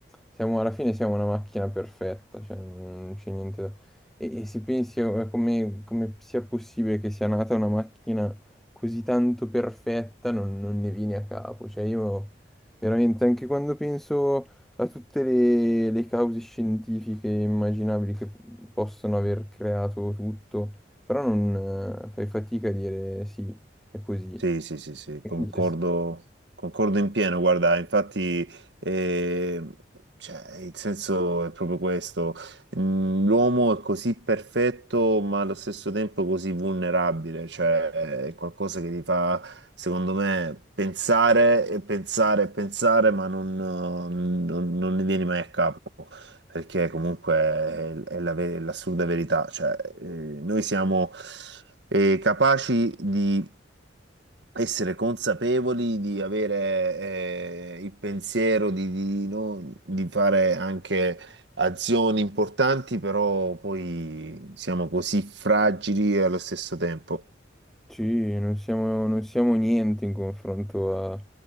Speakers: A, in the centre; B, on the right.
A: siamo, alla fine siamo una macchina perfetta, cioè, non c'è niente da... E, e se pensi a come, come sia possibile che sia nata una macchina così tanto perfetta, non, non ne vieni a capo. Cioè, io veramente anche quando penso a tutte le, le cause scientifiche immaginabili che possono aver creato tutto, però non eh, fai fatica a dire sì, è così.
B: Sì, sì, sì, sì,
A: Quindi
B: concordo,
A: c'è-
B: concordo in pieno, guarda, infatti, eh, cioè, il senso è proprio questo, Mm, l'uomo è così perfetto ma allo stesso tempo così vulnerabile, cioè è qualcosa che ti fa, secondo me, pensare e pensare e pensare, ma non, non- non ne vieni mai a capo, perché comunque è, è la ve- l'assurda verità, cioè, eh, noi siamo, eh, capaci di essere consapevoli di avere eh, il pensiero di, di no- di fare anche azioni importanti, però poi siamo così fragili e allo stesso tempo.
A: sì, non siamo, non siamo niente in confronto a,